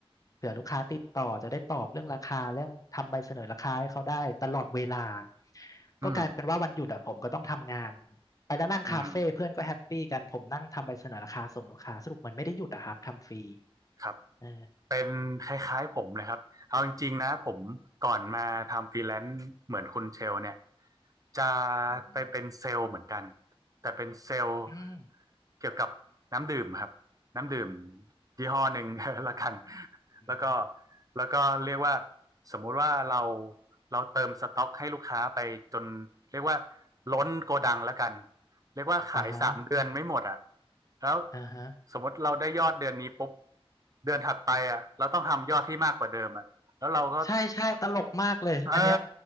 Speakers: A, on the left; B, on the right.
A: เผื่อลูกค้าติดต่อจะได้ตอบเรื่องราคาเรื่องทำใบเสนอราคาให้เขาได้ตลอดเวลา
B: อืม
A: ก็กลายเป็นว่าวันหยุดอะผมก็ต้องทำงาน ไปแล้วนั่งคาเฟ่เพื่อนก็แฮปปี้กันผมนั่งทำใบเสนอราคาส่งลูกค้าสรุปมันไม่ได้หยุดอะครับทำฟรี
B: อืม ครับ
A: เออ
B: เป็นคล้ายๆผมนะครับเอาจริงๆนะผมก่อนมาทำฟรีแลนซ์เหมือนคุณเชลเนี่ยจะ
A: อืม
B: ไปเป็นเซลล์เหมือนกันแต่เป็นเซลล์
A: อืม
B: เกี่ยวกับน้ำดื่มครับน้ำดื่มยี่ห้อหนึ่ง <laughs> ละกัน
A: อืม
B: แล้วก็แล้วก็เรียกว่าสมมุติว่าเราเราเติมสต็อกให้ลูกค้าไปจนเรียกว่าล้นโกดังละกันเรียกว่าขายสามเดือนไม่หมดอ่ะ
A: อ่าฮะ
B: แล้ว
A: อ่าฮะ
B: สมมติเราได้ยอดเดือนนี้ปุ๊บเดือนถัดไปอ่ะเราต้องทำยอดที่มากกว่าเดิมอ่ะแล้วเราก็
A: ใช่ใช่ตลกมากเลยอันเนี้ย
B: เออ